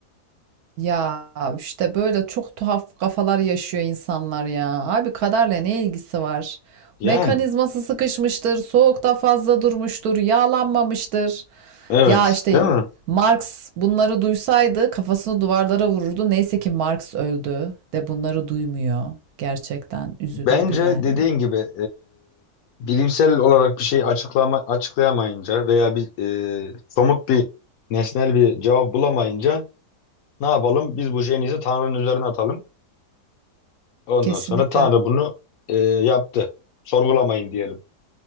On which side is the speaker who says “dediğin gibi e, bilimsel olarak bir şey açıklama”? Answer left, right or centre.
Left